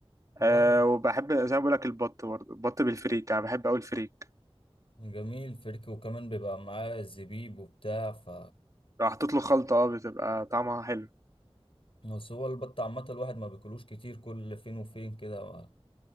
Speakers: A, on the left; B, on the right.
A: وأنا
B: أه وبحب زي ما بقول لك البط برضه البط بالفريك انا بحب قوي الفريك
A: جميل فريك وكمان بيبقى معاه زبيب وبتاع ف
B: لو حطيت له خلطه اه بتبقى طعمها حلو
A: بس هو البط عامة الواحد ما بياكلوش كتير كل فين وفين كده ما